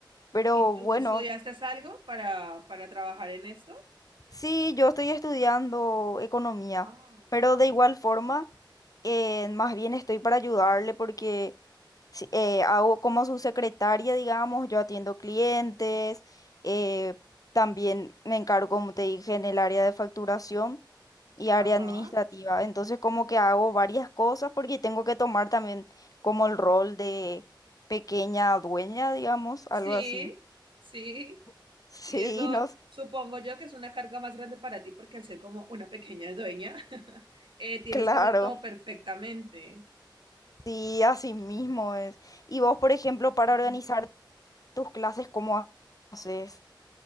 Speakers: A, on the left; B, on the right.
A: Pero
B: ¿Y tú
A: bueno.
B: estudiaste algo para, para trabajar en esto?
A: Sí, yo estoy estudiando economía,
B: Ah,
A: pero de igual forma, eh, más bien estoy para ayudarle porque si- eh, hago como su secretaria, digamos, yo atiendo clientes, eh, también me encargo, como te dije, en el área de facturación y
B: ajá.
A: área administrativa. Entonces, como que hago varias cosas porque tengo que tomar también como el rol de pequeña dueña, digamos,
B: Sí,
A: algo así.
B: sí.
A: <laughs> Sí,
B: Y eso
A: no,
B: supongo yo que es una carga más grande para ti porque al ser como una pequeña dueña, <laughs> eh, tienes
A: claro.
B: que hacer todo perfectamente.
A: Sí, así mismo es. Y vos, por ejemplo, para organizar
B: No.
A: tus clases, ¿cómo haces?